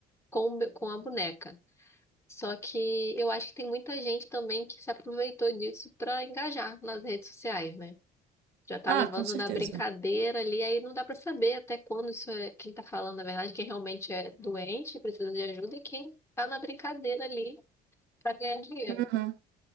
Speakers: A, on the left (about 15°); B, on the right (about 80°).
A: com, o be- com a boneca. Só que eu acho que tem muita gente também que se aproveitou disso para engajar nas redes sociais, né? Já tá
B: Ah,
A: levando
B: com certeza.
A: na brincadeira ali, aí não dá para saber até quando isso é quem tá falando a verdade, quem realmente é doente, precisa de ajuda, e quem tá na brincadeira ali para ganhar dinheiro.
B: Uhum.